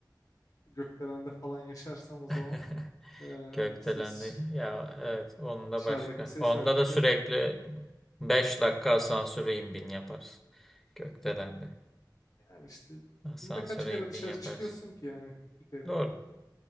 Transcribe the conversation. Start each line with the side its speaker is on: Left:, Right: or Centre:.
Left: gökdelende falan yaşarsam o
Centre: <laughs>
Left: zaman e,
Centre: Gökdelendi.
Left: ses
Centre: Ya evet onun da
Left: dışarıdaki
Centre: başka.
Left: ses
Centre: Onda
Left: herhalde
Centre: da sürekli 5 dakika asansöre in bin yaparsın. Gökdelendi.
Left: yani işte
Centre: Asansöre
Left: günde kaç kere
Centre: in
Left: dışarı
Centre: bin yaparsın.
Left: çıkıyorsun ki yani bir kere.
Centre: Doğru.